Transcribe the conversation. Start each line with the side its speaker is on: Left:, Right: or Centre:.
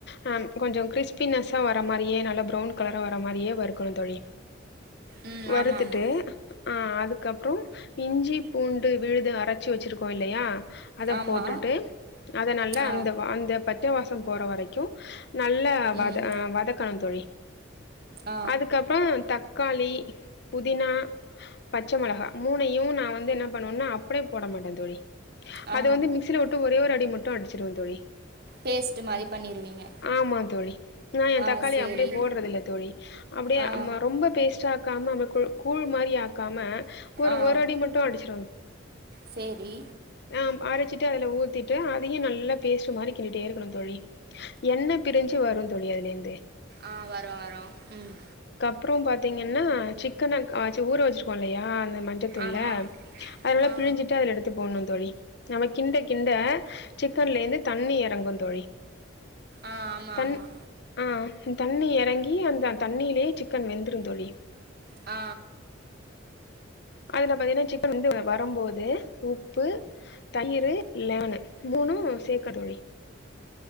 Left: அ கொஞ்ச கிரிஸ்பினசா வர மாரியே நல்ல பிரவுன் கலரா வர மாரியே வருக்கணு தோழி
Right: ம்
Left: வருத்துட்டு
Right: ஆமா ஆமா
Left: ஆ அதுக் கப்றோ இஞ்சி பூண்டு விழுது அரைச்சி வச்சுருக்கோ இல்லையா அத
Right: ஆமா
Left: போட்டுட்டு அத நல்லா
Right: ஆ
Left: அந்த அந்த பட்ட வாசம் போற வரைக்கு நல்ல வத
Right: ம்
Left: அ வதக்கணு தோழி
Right: ஆ
Left: அதுக்கப்புறோ தக் காளி புதினா பச்ச மொளகா மூணையு நா வந்து என்னப் பண்ணும்னா அப்டியே போட மாட்ட தோழி
Right: ஆ
Left: அது வந்து மிக்ஸில விட்டு ஒரே ஒரு டி மட்டு அடிச்சிருடுவ தோழி
Right: பேஸ்ட்டு மாரி பண்ணிருவீங்க
Left: ஆமா தோழி நா என்
Right: ஆ
Left: தக்காளி
Right: சேரி
Left: அப்படியே போடுறது இல்ல தோழி அப்படியே
Right: ஆ
Left: ம் ரொம்ப பேஸ்ட்டா காமங்க கூழ் மாரி ஆக்காம ஒரு
Right: ஆ
Left: ஒரு அடி மட்டு அடிச்
Right: சேரி
Left: ஆஹ்ம் அரைச்சிட்டு அதுல ஊத்திட்டு அதையு நல்லா பேஸ்ட்டு மாரி கிண்டிட்டே இருக்கானு தோழி எண்ணெய் பிரிஞ்சு வரு தோழி அதுல இருந்தே
Right: ஆ வரோ வரோ உம்
Left: அப்புறோம் பாத்தீங்கன்னா சிக்கன அ ஊற வச்சிருக்கோ இல்லையா அந்த மஞ்ச தூளா
Right: ஆமா
Left: அதல
Right: ஆ
Left: பிழிஞ்சிட்டு அதுல எடுத்து போட்ணு தோழி நாம கிண்ட கிண்ட சிக்கன்லேந்து தண்ணி இறங்கு தோழி
Right: ஆ ஆமா
Left: தண்
Right: ஆமா
Left: ஆ தண்ணி இறங்கி அந்த தண்ணியிலேயே சிக்கன் வெந்துரு தோழி
Right: ஆ
Left: அதுல பாத்தீங்கன்னா சிக்கன் வந்து வரும்போது உப்பு தயிர் லெமனு மூணு சேர்கக்கத் தோழி